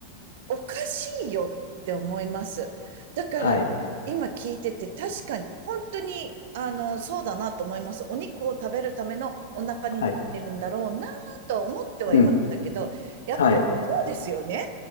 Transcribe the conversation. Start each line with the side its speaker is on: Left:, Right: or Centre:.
Right: おかしいよって思います。だから、
Left: はい。
Right: 今聞いてて、確かに、本当に、あの、そうだなと思います。お肉を食べるためのお腹にできてるんだろうなと思ってはいましたけど、
Left: はい。うん。
Right: やっぱりそうですよね。
Left: はい。